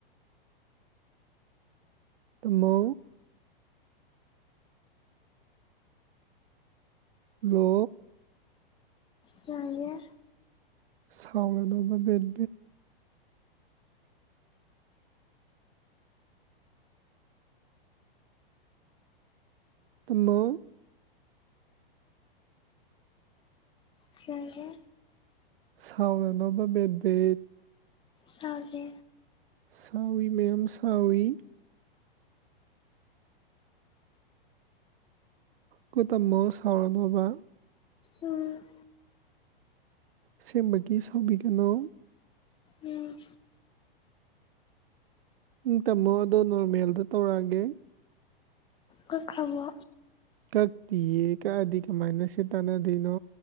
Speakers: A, on the right; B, on the left.
A: ꯇꯃꯣ ꯍꯂꯣ
B: ꯀꯩꯍꯥꯏꯒꯦ
A: ꯁꯥꯎꯔꯅꯣꯕ <unintelligible> ꯇꯨꯃꯣ
B: ꯀꯩꯍꯥꯏꯒꯦ
A: ꯁꯥꯎꯔꯅꯣꯕ ꯕꯦꯕꯦ
B: ꯁꯥꯗꯦ
A: ꯁꯥꯎꯋꯤ ꯃꯌꯥꯝ ꯁꯥꯎꯋꯤ ꯀꯣ ꯇꯥꯃꯣ ꯁꯥꯎꯔꯅꯣꯕ
B: ꯎꯝ
A: ꯁꯦꯝꯕꯒꯤ ꯁꯥꯎꯕꯤꯒꯅꯣ
B: ꯎꯝ
A: ꯇꯥꯝꯃꯣ ꯑꯗꯣ ꯅꯣꯔꯃꯦꯜꯗ ꯇꯧꯔꯛꯑꯒꯦ
B: ꯀꯛꯈ꯭ꯔꯕꯣ
A: ꯀꯛꯇꯤꯌꯦ ꯀꯛꯑꯗꯤ ꯀꯃꯥꯏꯅ ꯁꯤ ꯇꯥꯟꯅꯗꯣꯏꯅꯣ